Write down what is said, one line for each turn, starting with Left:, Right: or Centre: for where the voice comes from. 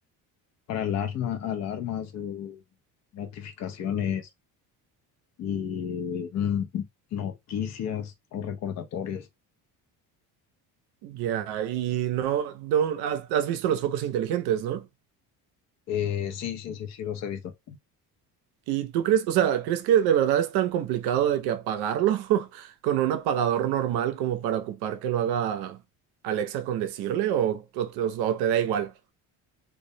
Left: para alarma, alarmas o notificaciones y mm, noticias o recordatorios.
Right: Ya, y no, no- has, has visto los focos inteligentes, ¿no?
Left: Eh, sí, sí, sí, sí, los he visto.
Right: ¿Y tú crees, o sea, crees que de verdad es tan complicado de que apagarlo <laughs> con un apagador normal como para ocupar que lo haga Alexa con decirle o, o- o te da igual?